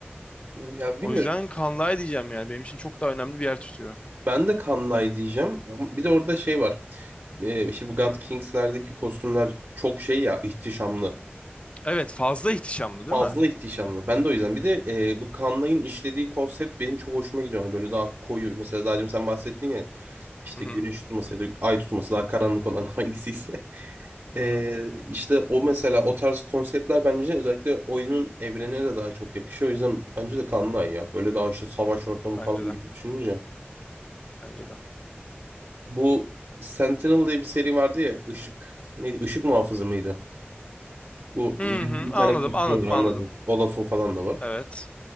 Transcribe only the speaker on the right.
Ya
bilmiyorum.
Ben de Kanlay diyeceğim. Ama Bir de orada şey var. Ee, işte bu God Kings'lerdeki kostümler çok şey ya ihtişamlı.
Fazla
ihtişamlı. Ben de o yüzden. Bir de e, bu Kanlay'ın işlediği konsept benim çok hoşuma gidiyor. Hani böyle daha koyu. Mesela daha demin sen bahsettin ya işte
güneş tutması ya da ay tutması daha karanlık olan <laughs> hangisiyse. Ee,
işte o mesela o tarz konseptler bence özellikle oyunun evrenine de daha çok yakışıyor. O yüzden bence de Kanlı Ay ya. Böyle daha işte savaş ortamı
falan gibi
düşününce.
Bu Sentinel diye bir seri vardı ya. Işık neydi? Işık muhafızı mıydı? Bu
bir
tane
kostümü
var anladım.
Olaf'ın falan da var.